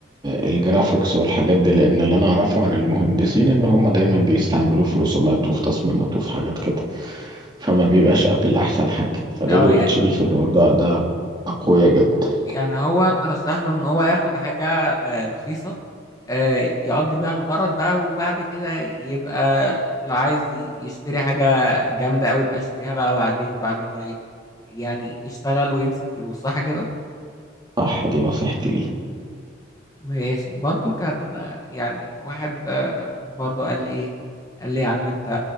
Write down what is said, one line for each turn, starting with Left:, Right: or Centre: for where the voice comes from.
Right: الجرافيكس والحاجات دي لأن اللي أنا أعرفه عن المهندسين إن هم دايما بيستعملوه في رسومات وفي تصميمات وفي حاجات كده فما بيبقاش أبل أحسن حاجة فديل
Left: اه
Right: و
Left: يعني
Right: اتش بي في الموضوع ده أقوياء جدا
Left: يعني هو ترشح له ان هو ياخد حاجة آه، رخيصة آه، يقضي بيها الغرض بقى وبعد كده يبقى لو عايز ي- يشتري حاجة جامدة أوي يبقى يشتريها بقى بعدين بعد ما ي- يعني يشتغل ويمسك فلوس صح كده؟
Right: صح دي نصيحتي ليه
Left: ماشي برضو كان آه، يعني واحد آه، برضو قال لي ايه قال لي يا عم انت